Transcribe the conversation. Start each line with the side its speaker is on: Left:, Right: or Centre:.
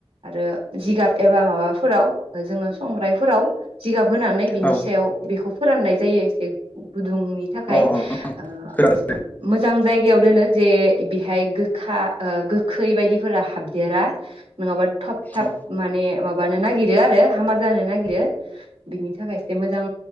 Right: आरो जिगाब एबा माबा फोराव जोङो संग्रायफोराव जिगाब होनानै बिनि
Left: औ
Right: सायाव बेखौ फोराननाय जायो एसे गुदुंनि थाखाय
Left: औ अ अ
Right: ओ
Left: खोनादों
Right: मोनसे मोजां जायगायाव दोनो जे बेहाय गोखा गोखै बायदिफोरा हाबदेरा नङाबा थाब थाब
Left: औ
Right: माने मा माबानो नागिरो आरो हामा जानो नागिरो बिनि थाखायसो मोजां